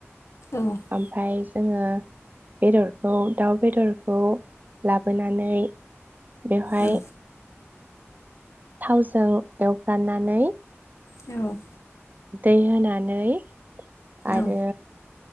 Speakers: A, on the left; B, on the right.
A: औ
B: ओमफाय जोङो बेदरखौ दाउ बेदरखौ लाबोनानै बेवहाय
A: औ
B: थावजों एवफ्राननानै
A: औ।
B: दै होनानै आरो
A: औ